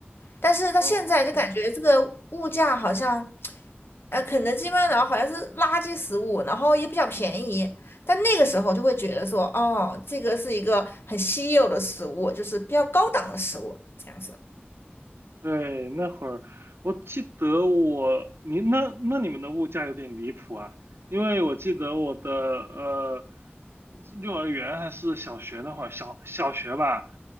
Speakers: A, on the left; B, on the right.
A: 但是到现在就感觉这个物价好像，
B: 哦，
A: 呃，肯德基、麦当劳好像是垃圾食物，然后也比较便宜。但那个时候就会觉得说，哦，这个是一个很稀有的食物，就是比较高档的食物，这样子。
B: 对，那会儿我记得我，你那那你们的物价有点离谱啊，因为我记得我的呃幼儿园还是小学那会儿，小小学吧，